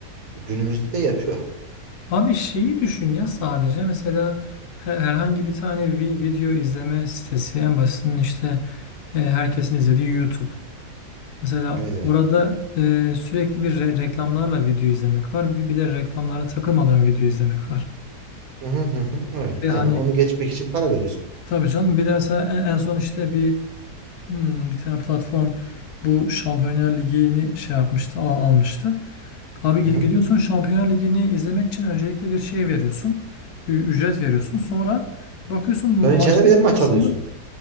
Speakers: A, on the right (about 60°); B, on the left (about 70°).
A: günümüzde de yapıyor.
B: Abi şeyi düşün ya sadece mesela her- herhangi bir tane vi- video izleme sitesi en basitinin işte e, herkesin
A: Hı hı.
B: izlediği YouTube. Mesela
A: Evet evet.
B: orada e, sürekli bir re- reklamlarla video izlemek var. Bir, bir de reklamlara takılmadan video izlemek var.
A: Hı hı hı hı. Evet
B: Ve
A: aynen
B: hani
A: onu geçmek için para veriyorsun.
B: tabii canım bir de mesela en, en son işte bir Hmm, bir tane platform bu Şampiyonlar Ligi'ni şey yapmıştı, al, almıştı. Abi gid-
A: Hı hı.
B: gidiyorsun Şampiyonlar Ligi'ni izlemek için öncelikle bir şey veriyorsun. ü- Ücret veriyorsun. Sonra bakıyorsun maçın
A: Sonra içeride bir de maç
B: ortasında
A: alıyorsun.